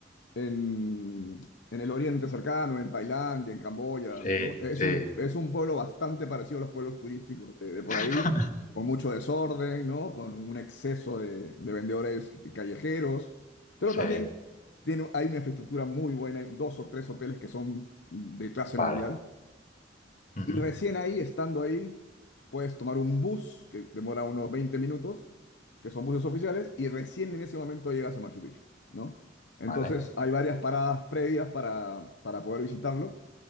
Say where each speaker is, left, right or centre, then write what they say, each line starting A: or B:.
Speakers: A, on the left; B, on the left.
A: en- en el Oriente cercano, en Tailandia, en Camboya,
B: Sí,
A: ¿no? Es
B: sí,
A: un, es un pueblo bastante parecido a los pueblos turísticos de, de por
B: <laughs>
A: ahí, con mucho desorden, ¿no? Con un exceso de, de vendedores callejeros, pero
B: sí,
A: también tiene, hay una infraestructura muy buena, hay dos o tres hoteles que son de clase
B: vale.
A: mundial.
B: Ujú,
A: Y recién ahí, estando ahí, puedes tomar un bus que demora unos 20 minutos, que son buses oficiales, y recién en ese momento llegas a Machu Picchu, ¿no? Entonces
B: vale,
A: hay varias paradas previas para, para poder visitarlo.